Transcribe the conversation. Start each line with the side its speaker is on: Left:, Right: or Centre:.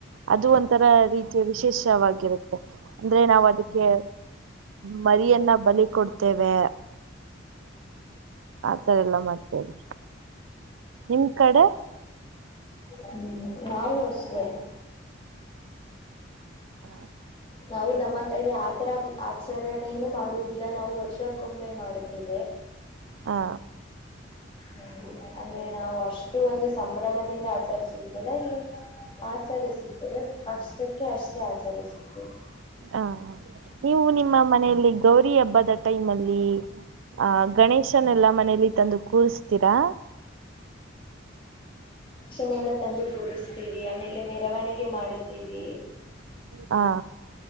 Right: ಅದು ಒಂಥರ ರೀತಿಯ ವಿಶೇಷವಾಗಿರುತ್ತೆ ಅಂದ್ರೆ ನಾವ್ ಅದಿಕ್ಕೆ ಮರಿಯನ್ನ ಬಲಿ ಕೊಡ್ತೇವೆ, ಆತರ ಎಲ್ಲ ಮಾಡ್ತೇವೆ ನಿಮ್ ಕಡೆ
Left: ಹ್ಮ್ ನಾವು ಅಷ್ಟೇ
Right: ಹ
Left: ನಾವು ನಮ್ಮ ಕಡೆ ಆತರ ಆಚರಣೆನು ಮಾಡುವುದಿಲ್ಲ ನಾವು ವರ್ಷಕ್ಕೊಮ್ಮೆ ಮಾಡುತ್ತೇವೆ
Right: ಹಾ
Left: ಹ್ಮ್ ಅಂದ್ರೆ ನಾವು ಅಷ್ಟು ಒಂದು ಸಂಭ್ರಮದಿಂದ ಆಚರಿಸುದಲ್ಲ ಈ ಆಚರಿಸುತ್ತೇವೆ ಅಷ್ಟಕ್ಕೆ ಅಷ್ಟೇ ಆಚರಿಸುತ್ತೇವ್
Right: ಹಾ ನೀವು ನಿಮ್ಮ ಮನೆಯಲ್ಲಿ ಗೌರಿ ಹಬ್ಬದ ಟೈಮಲ್ಲಿ ಆಹ್ ಗಣೇಶನೆೆಲ್ಲ ಮನೆಯಲ್ಲಿ ತಂದು ಕೂರ್ಸ್ತೀರಾ?
Left: ನೆಲ್ಲ ತಂದು ಕೂರಿಸ್ತೀವಿ ಆಮೇಲೆ ಮೆರವಣಿಗೆ ಮಾಡುತ್ತೀವಿ
Right: ಹಾ